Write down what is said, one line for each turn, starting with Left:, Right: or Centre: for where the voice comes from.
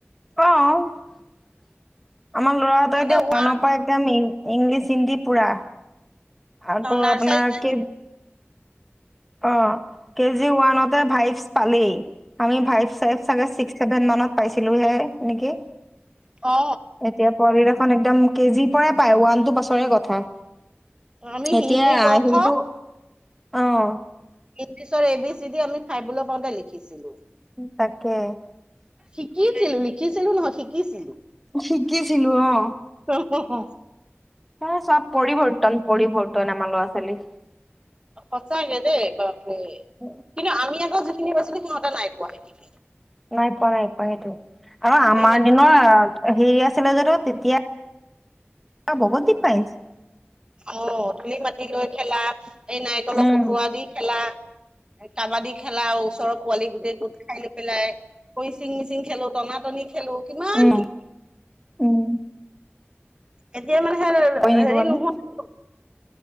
Centre: অ আমাৰ ল'ৰাহঁতৰ
Right: সিহঁতে
Centre: এতিয়া ওৱানৰ
Right: ওৱান
Centre: পৰা একজাম মেন ইংলিছ, হিন্দী, পুৰা আকৌ
Right: নাৰ্চাৰীতে
Centre: আপোনাৰ কে অ কেজি ওৱানতে ভাইভচ পালেই আমি ভাইফ চাইফ চাগে ষাঠি চেভেন মানত পাইছিলো হে নেকি?
Right: অ
Centre: এতিয়া পোৱলিখন একদম কেজিৰ পৰাই পায় ওৱান টু, পাছৰে কথা।
Right: আমি
Centre: এতিয়া
Right: হিন্দী ক
Centre: সেইটো
Right: খ
Centre: আহ
Right: ইংলিছৰ, এ, বি, চি, ডি আমি ফাইলৈ পাওঁতে লিখিছিলো।
Centre: তাকে
Right: শিকিছিলো লিখিছিলো নহয় শিকিছিলো।
Centre: শিকিছিলো অ
Right: অ
Centre: এ চব পৰিৱৰ্তন -পৰিৱৰ্তন আমাৰ ল'ৰা -ছোৱালী।
Right: সঁচাকে দেই বাপৰে
Centre: উ
Right: কিন্তু আমি আকৌ যিখিনি পাইছিলো সিহঁতে নাই পোৱা সেইখিনি।
Centre: নাই পোৱা নাই পোৱা সেইটো আৰু আমাৰ
Right: ধূলি মাটি
Centre: দিনৰ। হেৰি আছিলে জানো তেতিয়া বহুত ডিফাৰেণ্ট।
Right: অ দুলি, মাতি লৈ খেলা এই নাৰিকলৰ,
Centre: উম
Right: পটোৱা দি খেলা। কাবাডী খেলা আৰু ওচৰৰ পোৱালি গোটেই গোট খাই লৈ পেলাই। কইচিং -মিচিং খেলো টনা টনি খেলো কিমান
Centre: উম'
Right: কি
Centre: উম'
Right: এতিয়া মানে সে
Centre: কৈ নিদো
Right: হেৰি
Centre: আমি
Right: নোহোৱা